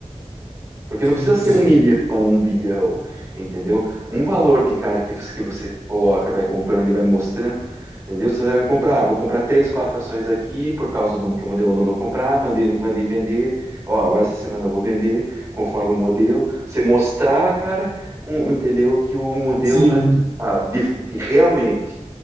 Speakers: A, on the right; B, on the right.
A: Porque
B: sim,
A: não precisa ser
B: sim.
A: um milhão, um bilhão, entendeu? Um valor que, cara, que você, que você coloca, vai comprando e vai mostrando, entendeu? Você vai comprar, ah, vou comprar três, quatro ações aqui por causa do que o modelo mandou comprar, mandei, mandei vender, ó, agora essa semana eu vou vender conforme o modelo. Você mostrar, cara, um- entendeu? Que o modelo
B: Sim,
A: dá resultado, de, de realmente.